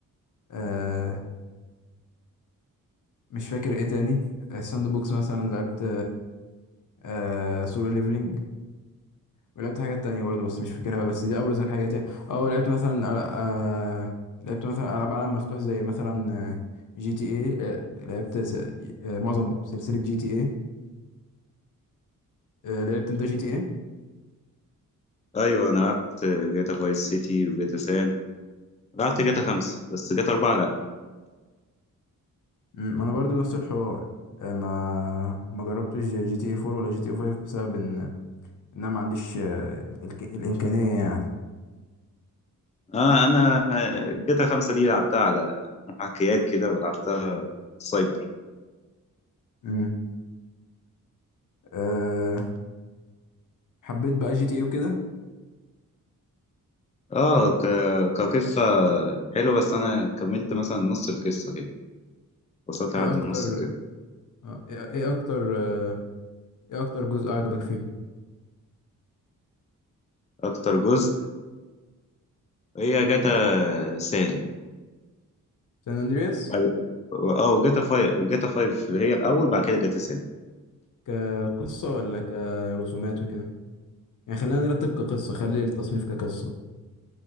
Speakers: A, on the left; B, on the left.
A: آه Free Fire، PUBG، Fortnite، آه، مش فاكر ايه تاني الساند بوكس مثلا لعبت آه سولو ليفلينج ولعبت حاجات تانية برضه بس مش فاكرها بس دي ابرز الحاجات يعني اه لعبت مثلا آه لعبت مثلا العاب عالم مفتوح زي مثلا آه، جي تي اي لعبت س... آه معظم سلسلة جي تي اي آه لعبت انت جي تي اي
B: ايوه انا لعبت جاتا فايس سيتي وجاتا سان لعبت جاتا خمسة بس جاتا أربعة لأ
A: ما انا برضه نفس الحوار آه ما ما جربتش جي تي اي 4 ولا جي تي اي 5 بسبب ان ان انا ما عنديش آه الك... الامكانية يعني
B: آه أنا جاتا خمسة دي لعبتها على محاكيات كده ولعبتها سايبر
A: مم. آه حبيت بقى جي تي اي وكده
B: آه ك... كقصة حلوة بس أنا كملت مثلا نص القصة كده وصلت لحد
A: ايه اكتر
B: النص كده
A: آه، ايه إيه اكتر آه، ايه اكتر جزء عجبك فيهم
B: أكتر جزء هي جاتا سان
A: سان اندرياس
B: بعد- اه وجاتا فايف جاتا فايف اللي هي الأول بعد كده جاتا سان
A: كقصة ولا كرسومات وكده يعني خلينا نرتب كقصة خلي التصنيف كقصة